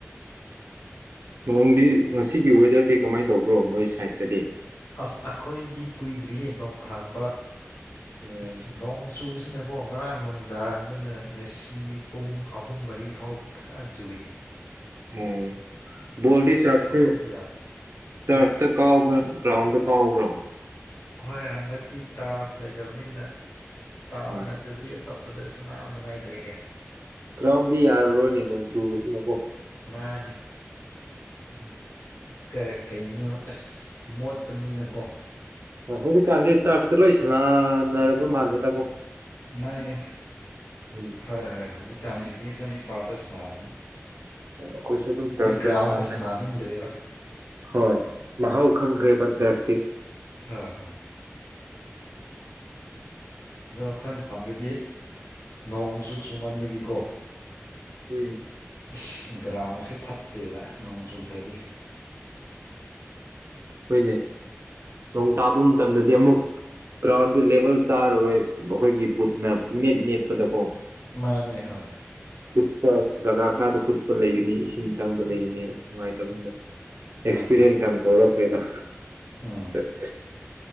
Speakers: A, on the right (about 55°); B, on the left (about 65°).
A: ꯅꯣꯡꯗꯤ ꯉꯁꯤꯒꯤ ꯋꯦꯗꯔꯗꯤ ꯀꯃꯥꯏꯅ ꯇꯧꯕ꯭ꯔꯣ ꯅꯣꯏ ꯁꯥꯏꯠꯇꯗꯤ
B: ꯑꯁ ꯑꯩꯈꯣꯏꯗꯤ ꯀꯨꯏꯗ꯭ꯔꯤꯌꯦ ꯅꯣꯡ ꯍꯥꯡꯕ
A: ꯎꯝ
B: ꯑꯁ ꯅꯣꯡ ꯆꯨꯕꯁꯤꯅ ꯀꯣ ꯉꯔꯥꯡ ꯅꯨꯡꯗꯥꯡꯗꯅ ꯉꯁꯤ ꯄꯨꯡ ꯑꯍꯨꯝ ꯃꯔꯤ ꯐꯥꯎ ꯐꯖꯅ ꯆꯨꯢꯅꯦ
A: ꯎꯝ ꯕꯣꯜꯗꯤ
B: ꯁꯨꯞꯊꯣꯛ
A: ꯇꯔꯐꯇ
B: ꯊꯣꯛꯄ ꯌꯥꯗꯦ
A: ꯇꯔꯐꯇ
B: ꯍꯥꯏ
A: ꯀꯥꯥꯎꯕ꯭ꯔꯣ ꯀ꯭ꯔꯥꯎꯟꯗ ꯀꯥꯎꯕ꯭ꯔꯣ
B: ꯍꯣꯏ ꯍꯟꯗꯛꯇꯤ ꯇꯥꯞ ꯂꯩꯇꯕꯅꯤꯅ ꯇꯥꯞ
A: ꯍꯣꯏ
B: ꯅꯠꯇ꯭ꯔꯗꯤ ꯑꯇꯣꯞ ꯄꯗ ꯁꯅꯥꯕ ꯅꯨꯡꯉꯥꯏꯇ꯭ꯔꯦꯅꯦ
A: ꯒ꯭ꯔꯥꯎꯟꯗꯤ ꯌꯥꯔꯔꯣꯏꯅꯦ ꯅꯣꯡ ꯆꯨꯕꯁꯤꯅꯀꯣ
B: ꯃꯥꯅꯦ
A: ꯎꯝ <inaudible>
B: ꯀꯩ ꯀꯩꯅꯣ ꯑꯁ ꯃꯣꯠꯄꯅꯤꯅꯀꯣ
A: ꯑ ꯍꯧꯖꯤꯛꯀꯥꯟꯗꯤ ꯇꯔꯐꯇ ꯂꯣꯏ ꯁꯥꯟꯅꯔꯕ ꯃꯥꯜꯂꯦ ꯗꯀꯣ
B: ꯃꯥꯅꯦ
A: ꯎꯝ
B: ꯍꯣꯏ ꯍꯣꯏ ꯍꯧꯖꯤꯛꯀꯥꯟꯁꯤꯗꯤ ꯑꯗꯨꯝ ꯇꯔꯐꯇ ꯁꯥꯅꯔꯕꯅꯤ
A: ꯑꯈꯣꯏꯁꯨ ꯑꯗꯨꯝ ꯇꯔꯐꯇ
B: ꯒ꯭ꯔꯥꯎꯟꯗ
A: ꯆꯪꯒꯅꯤ
B: ꯁꯥꯟꯅꯅꯤꯡꯗ꯭ꯔꯦꯕ
A: ꯍꯣꯏ ꯃꯍꯥꯎ ꯈꯪꯈ꯭ꯔꯦꯕ ꯇꯥꯔꯐꯀꯤ
B: ꯍꯣꯢ ꯍꯣꯢ ꯑꯗꯣ ꯑꯩꯈꯣꯏ ꯃꯐꯝꯗꯗꯤ ꯅꯣꯡꯁꯨ ꯆꯨꯃꯟꯕꯒꯤꯀꯣ
A: ꯎꯝ
B: ꯑꯁ ꯒ꯭ꯔꯥꯎꯟꯁꯦ ꯐꯠꯇꯦꯕ ꯅꯣꯡ ꯆꯨꯈ꯭ꯔꯗꯤ
A: ꯍꯣꯏꯅꯦ ꯅꯣꯡ ꯇꯥꯕ ꯃꯇꯝꯗꯗꯤ ꯑꯃꯨꯛ ꯒ꯭ꯔꯥꯎꯟꯗꯨ ꯂꯦꯚꯦꯜ ꯆꯥꯔꯔꯣꯏ ꯑꯈꯣꯏꯒꯤ ꯕꯨꯠꯅ ꯄꯨꯡꯅꯦꯠ ꯅꯦꯠꯄꯗꯀꯣ
B: ꯃꯥꯅꯦ ꯍꯣꯏ
A: ꯀꯨꯠꯄ ꯖꯒꯥ ꯈꯔꯗ ꯀꯨꯠꯄ ꯂꯩꯒꯅꯤ ꯏꯁꯤꯡ ꯆꯪꯕ ꯂꯩꯒꯅꯤ ꯑꯁ ꯅꯨꯡꯉꯥꯏꯇꯝꯅꯤꯗ
B: ꯍꯣꯏ
A: ꯑꯦꯛꯁꯄꯤꯔꯤꯌꯦꯟꯁ
B: ꯍꯣꯏ
A: ꯌꯥꯝ ꯇꯧꯔꯛꯈ꯭ꯔꯦꯗ
B: ꯎꯝ
A: <unintelligible>